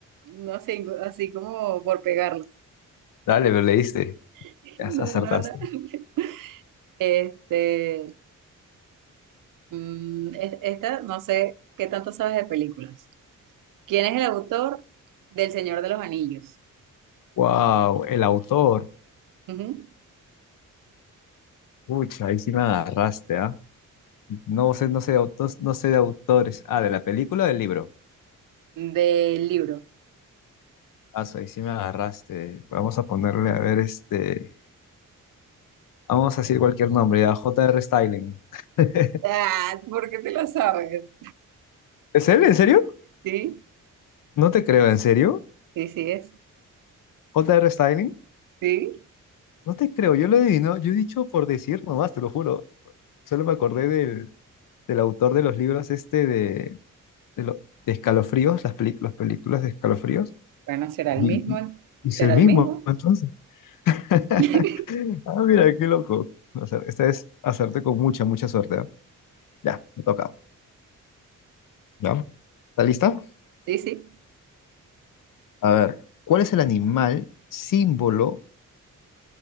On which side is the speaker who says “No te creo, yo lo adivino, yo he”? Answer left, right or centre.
Left